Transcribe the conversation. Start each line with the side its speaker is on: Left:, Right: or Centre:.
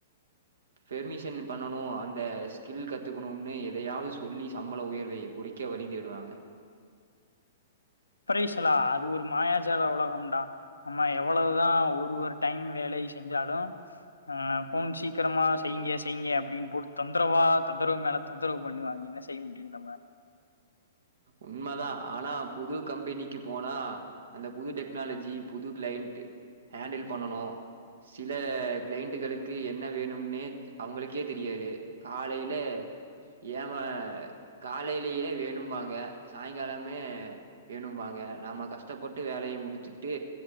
Right: பெர்மிஷன் பண்ணணு அந்த ஸ்கில் கத்துக்கணுனு எதையாவது சொல்லி சம்பள உயர்வை குறைக்க வழி தேடுவாங்க
Left: பிரைசலா அது ஒரு மாயாஜால உலகம்டா நம்ம எவ்வளவுதா ஒரு ஒரு டைம் வேலை செஞ்சாலு ஆ போன் சீக்கிரமா செய்யுங்க செய்யுங்க அப்படின் போட்டு தொந்தரவா தொந்தரவு மேல தொந்தரவு பண்ணுவாங்க என்ன செய்ய முடியு நம்ம
Right: உண்ம தா ஆனா புது கம்பெனிக்கு போனா அந்த புது டெக்னாலஜி புது கிளைண்ட் ஹேண்டில் பண்ணனு சில கிளைண்ட்டுகளுக்கு என்ன வேணும்னே அவங்களுக்கே தெரியாது காலைலே ஏம காலைலேயே வேணும்பா ங்க சாயங்காலமே வேணும்பாங்க நாம கஷ்டப்பட்டு வேலைய முடிச்சுட்டு